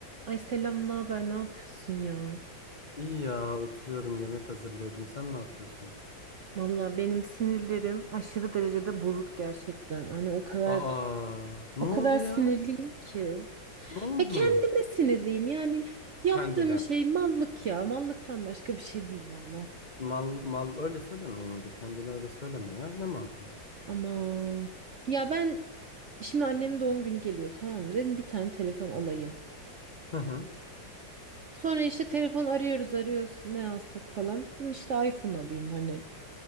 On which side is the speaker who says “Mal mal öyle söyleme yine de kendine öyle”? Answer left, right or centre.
Left